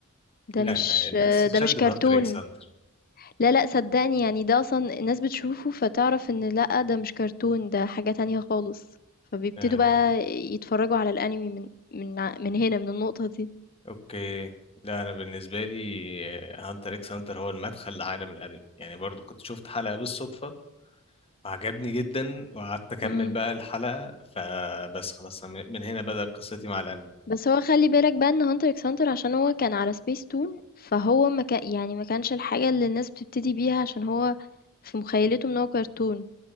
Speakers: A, on the left; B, on the left.
A: ده
B: لا
A: مش
B: أنا- الناس تشد
A: ده مش كرتون
B: في هانتر اكس هانتر
A: لا، لأ صدّقني يعني ده أصلًا الناس بتشوفه فتعرف إن لأ ده مش كرتون ده حاجة تانية خالص، فبيبتدوا
B: آه
A: بقى يتفرجوا على الأنمي من من ع من هنا من النقطة دي.
B: اوكي لا انا بالنسبة لي هانتر اكس هانتر هو المدخل لعالم الانمي يعني برضو كنت شفت حلقة بالصدفة عجبني جدا وقعدت اكمل
A: إمم.
B: بقى الحلقة فبس خلاص أنا من هنا بدأت قصتي مع الانمي
A: بس هو خلّي بالك بقى إن hunter x hunter عشان هو كان على سبيس تون، فهو ما كا يعني ما كانش الحاجة اللي الناس بتبتدي بيها عشان هو في مُخيّلتهم إن هو كرتون،